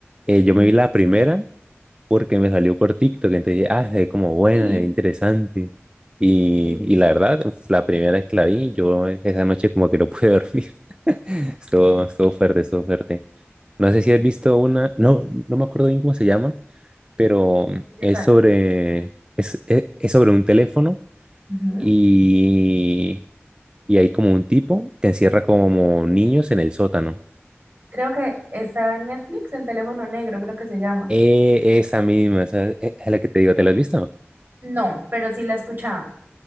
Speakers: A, on the right (about 20°); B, on the right (about 40°).
A: Eh,
B: Sí.
A: yo me vi la primera porque me salió por TikTok, entonces dije, ah, es como buena,
B: Sí.
A: es interesante. Y,
B: Mm,
A: y la verdad, uf, la primera vez que la vi, yo e, esa noche como que no pude dormir. <laughs> Estuvo, estuvo fuerte, estuvo fuerte. No sé si
B: mm.
A: has visto una, no, no me acuerdo bien cómo se llama, pero
B: ¿De qué
A: es
B: trata?
A: sobre, es, es es sobre un teléfono
B: Ujú.
A: y, y hay como un tipo que encierra como niños en el sótano.
B: Creo que estaba en Netflix, El teléfono negro, creo que se llama.
A: Eh, esa misma, esa eh, es la que te digo, ¿te la has visto?
B: No, pero sí la escuchaba.